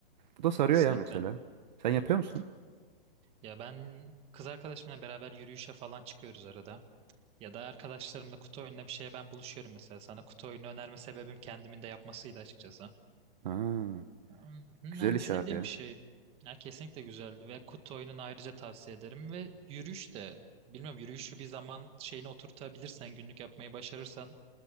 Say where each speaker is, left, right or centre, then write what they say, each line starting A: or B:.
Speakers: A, on the right; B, on the right.
A: Bu da sarıyor
B: Kesinlikle.
A: ya mesela. Sen yapıyor
B: Hı hı.
A: musun?
B: Ya ben kız arkadaşımla beraber yürüyüşe falan çıkıyoruz arada. Ya da arkadaşlarımla kutu oyununa bir şeye ben buluşuyorum mesela. Sana kutu oyunu önerme sebebim kendimin de yapmasıydı açıkçası.
A: Ha,
B: Hmm,
A: güzel
B: Yani
A: iş
B: sevdiğim
A: abi ya.
B: bir şey. Ya kesinlikle güzel ve kutu oyununu ayrıca tavsiye ederim ve yürüyüş de bilmiyorum yürüyüşü bir zaman şeyine oturtabilirsen günlük yapmayı başarırsan